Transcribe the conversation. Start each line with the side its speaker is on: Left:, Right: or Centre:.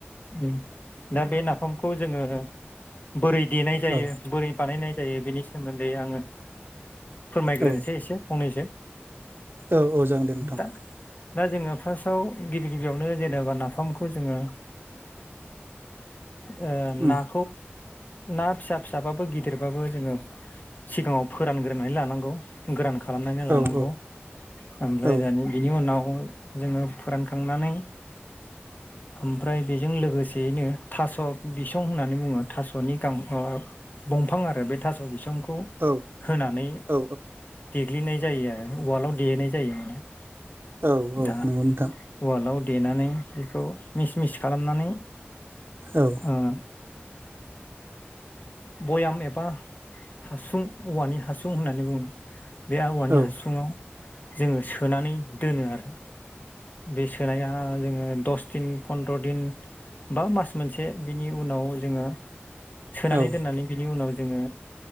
Left: ओम दा बे नाफामखौ जोङो। बोरै देनाय जायो
Right: औ
Left: बोरै बानायनाय जायो बेनि सोमोन्दै आङो। फोरमायग्रोनोसै
Right: औ
Left: एसे फंनैसै
Right: औ औ जागोन दे नोंथां
Left: दा दा जोङो फार्स्टआव गिबि गिबियावनो जेनेबा नाफामखौ जोङो। ओ
Right: उम
Left: ना ना फिसा फिसाबाबो गिदिरबाबो जोङो। सिगाङाव फोरानग्रोनानै लानांगौ गोरानख खालामनानै लानांगौ
Right: औ औ
Left: ओमफ्राय
Right: औ
Left: दानि बिनि उनाव। जोङो फोरानखांनानै। ओमफ्राय बेजों लोगोसेयैनो थास' बिसं होननानै बुङो थास'नि गां अ दंफां आरो बे थास' बिसं खौ
Right: औ
Left: होनानै
Right: औ
Left: देग्लिनाय जायो आरो उवालाआव देहनाय जायो माने
Right: औ औ
Left: दा
Right: नंगौ नोंथां
Left: उवालाआव देनानै बेखौ मिस मिस खालामनानै
Right: औ
Left: अ भयाम एबा हासुं औवानि हासुं होननानै बुङो बे औवानि
Right: औ
Left: हासुङाव जोङो सोनानै दोनो आरो। बे सोनाया जोङो दस दिन फन्द्र' दिन बा मास मोनसे बिनि उनाव जोङो। सोनानै
Right: औ
Left: दोननानै बिनि उनाव जोङो